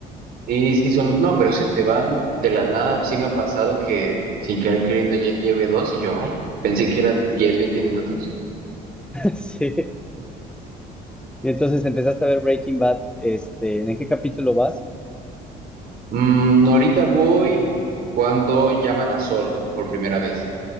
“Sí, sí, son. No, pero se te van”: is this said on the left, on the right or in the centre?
Right